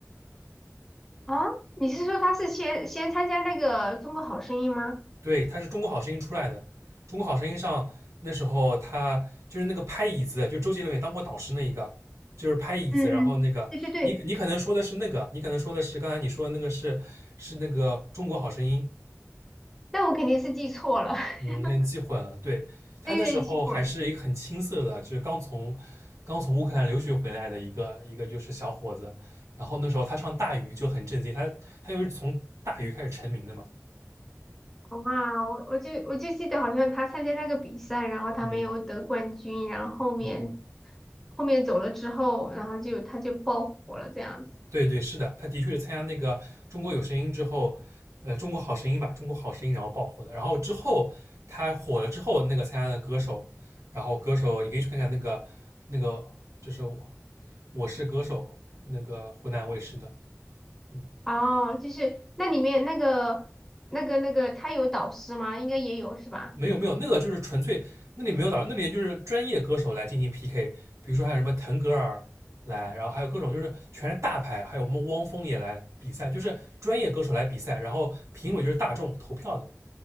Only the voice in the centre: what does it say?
啊，你是说他是先先参加那个《中国好声音》吗？
嗯嗯，
对对对，
那我肯定是记错了，<laughs>
对对，记混。
哇，我我就我就记得好像他参加那个比赛，然后他没有得冠军，
然后后面
后面走了之后，然后就他就爆火了这样子。
哦，就是那里面那个那个那个他有导师吗？应该也有是吧？